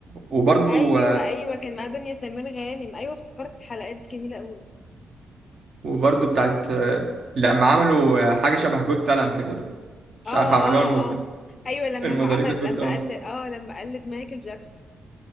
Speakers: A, on the right; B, on the left.
A: وبرضو
B: ايوه ايوه كان مع دنيا سمير غانم ايوه افتكرت الحلقات دي جميله قوي
A: وبرضو بتاعت لما عملوا حاجة شبه جود تالنت كده مش
B: اه
A: عارف
B: اه
A: عملوها المز-
B: اه ايوه لما
A: المزاريطة
B: عمل
A: جود
B: لما
A: تالنت
B: قلد اه لما قلد مايكل جاكسون